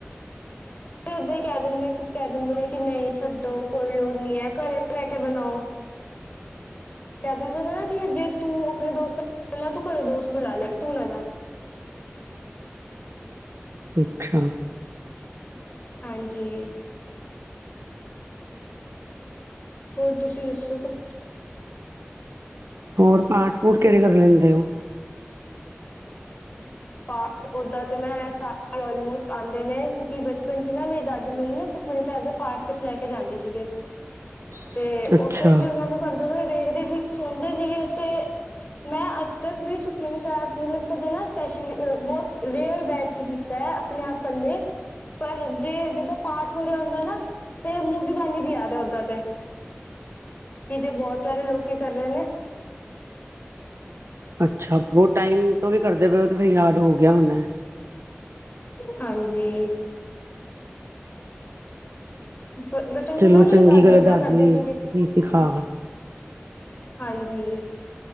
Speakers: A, on the left; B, on the right.
A: ਉਦਾਂ ਈ ਕਹਿ ਦਿੰਦੇ ਕੇ ਦਿੰਦੇ ਨੇ ਕਿ ਨਈ ਛੱਡੋ ਕੋਈ ਲੋੜ ਨੀ ਏ ਘਰੇ ਬਹਿ ਕੇ ਬਣਾਓ ਕਹਿ ਦਿੰਦੇ ਨੇ ਨਾ ਕਿ ਜੇ ਤੂੰ ਆਪਣੇ ਦੋਸਤ ਤੂੰ ਘਰੇ ਦੋਸਤ ਬੁਲਾ ਲੈ ਤੂੰ ਨਾ ਜਾ
B: ਅੱਛਾ
A: ਹਾਂਜੀ ਹੋਰ ਤੁਸੀਂ ਦੱਸੋ ਕੁਝ?
B: ਹੋਰ ਪਾਠ ਪੂਠ ਕਿਹੜੇ ਕਰ ਲੈਂਦੇ ਓ?
A: <inaudible> ਪਾਠ ਓਦਾਂ ਤੇ ਮੈਂ ਸਾ ਆਲਮੋਸਟ ਆਂਦੇ ਨੇ ਕਿਉਂਕਿ ਬਚਪਨ 'ਚ ਨਾ ਮੇਰੀ ਦਾਦੀ ਮੈਨੂੰ ਨਾ ਸ ਗੁਰੂ ਸਾਬ ਦੇ ਪਾਠ ਵਿੱਚ ਲੈ ਕੇ ਜਾਂਦੇ ਸੀਗੇ
B: <inaudible>
A: ਤੇ
B: ਅੱਛਾ
A: ਓਥੇ ਅਸੀਂ ਉਨਾਂ ਨੂੰ ਕਰਦੇ ਹੋਏ ਵੇਖਦੇ ਸੀ ਸੁਣਦੇ ਸੀਗੇ ਤੇ ਮੈਂ ਅੱਜ ਤੱਕ ਵੀ ਸੁਖਮਨੀ ਸਾਬ ਮਤਲਬ ਕਦੇ ਨਾ ਸਪੈਸ਼ਲੀ ਅ ਬੋਤ ਰੇਅਰ ਬੈਠ ਕੇ ਕੀਤਾ ਏ ਆਪਣੇ ਆਪ ਕੱਲੇ ਪਰ ਜੇ ਜਿੱਦਾਂ ਪਾਠ ਹੋ ਰਿਆ ਹੁੰਦਾ ਨਾ ਤੇ ਮੂੰਹ ਜਵਾਨੀ ਵੀ ਯਾਦ ਅ ਓਦਾਂ ਤੇ ਕੀ ਜੇ ਬਹੁਤ ਸਾਰੇ ਲੋਕੀ ਕਰ ਰੇ ਨੇ
B: ਅੱਛਾ, ਬੋਤ ਟਾਈਮ ਤੋਂ ਵੀ ਕਰਦੇ ਪਏ ਓ ਤੇ ਫਿਰ ਯਾਦ ਹੋ ਗਿਆ ਹੋਣਾ
A: ਹਾਂਜੀ ਬ ਬਚਪਨ
B: ਚਲੋ
A: ਚ ਨਾ
B: ਚੰਗੀ
A: ਮੇਰੇ ਦਾਦੂ
B: ਗੱਲ
A: ਏਦਾਂ
B: ਹੈ, ਦਾਦੀ
A: ਕਰਦੇ ਸੀਗੇ
B: ਜੀ ਸਿਖਾਂਦੋ
A: ਹਾਂਜੀ